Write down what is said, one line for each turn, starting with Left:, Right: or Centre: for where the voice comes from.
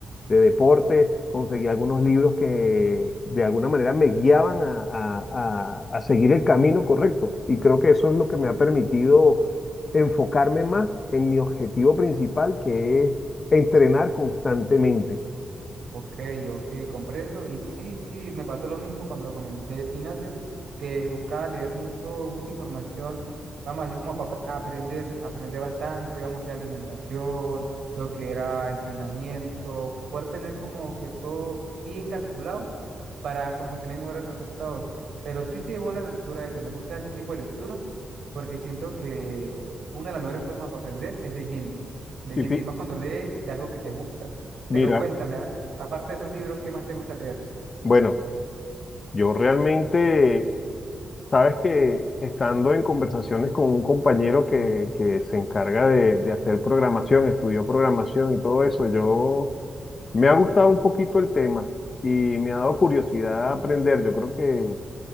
Left: de deporte, conseguí algunos libros que de alguna manera me guiaban a, a- a- a seguir el camino correcto. Y creo que eso es lo que me ha permitido enfocarme más en mi objetivo principal, que es entrenar constantemente.
Right: Ok, ok, comprendo. Y sí, sí, me pasó lo mismo cuando comencé el gimnasio, que buscaba leer mucho, mucha información, vamos así como a, pa- a aprender, aprender bastante, vamos a decir alimentación, lo que era entrenamiento, poder tener como que todo bien calculado para como tener mejores resultados. Pero sí, sí, es buena la lectura esa, me gusta ese tipo de lectura porque siento que una de las mejores formas para aprender es leyendo, leyendo,
Left: Y fi-
Right: y más cuando lees de algo que te gusta.
Left: mira,
Right: Pero cuéntame, Aparte de esos libros, ¿qué más te gusta leer?
Left: bueno, yo realmente, sabes que estando en conversaciones con un compañero que, que se encarga de, de hacer programación, estudió programación y todo eso, yo me ha gustado un poquito el tema y me ha dado curiosidad aprender. Yo creo que